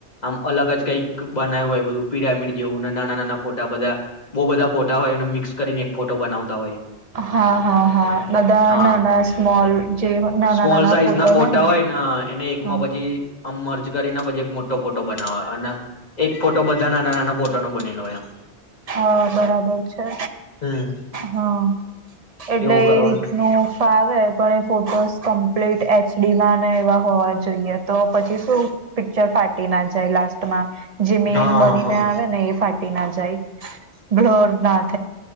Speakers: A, on the left (about 40°); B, on the right (about 45°).
A: આમ અલગ જ કંઈક બનાવ્યું હોય બધું પિરામિડ જેવુ નાના નાના ફોટા બધા બો બધા ફોટા હોય એને મિક્સ કરીને એક ફોટો બનાવતા હોય.
B: હા હા હા બધા
A: હા
B: નાના સ્મોલ જે નાના
A: સ્મોલ
B: નાના
A: સાઈઝ
B: ફોટો
A: ના ફોટા
B: હોયને
A: હોય ને એને એકમાં
B: હા
A: પછી આમ મર્જ કરીને પછી એક મોટો ફોટો બનાવે અને એક ફોટો બધા નાના નાના ફોટો ના બનેલો હોય એમ
B: હા બરાબર છે.
A: હમ
B: હા એટલે
A: એવું કરવા
B: એ રીતનું ફાવે પણ એ ફોટોસ સટ <unintelligible> એચડીમાં ને એવા હોવા જોઈએ તો પછી શું પિક્ચર ફાટી ના જાય લાસ્ટમાં જે મેન
A: હા
B: બનીને
A: હા
B: આવે ને એ ફાટ ફાટી ના જાય. બ્લોોરનાથ